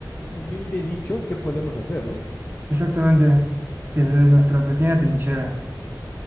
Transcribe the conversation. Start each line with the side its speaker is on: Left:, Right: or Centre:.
Left: humilde nicho qué podemos hacer, ¿no?
Right: exactamente, desde nuestra pequeña trinchera.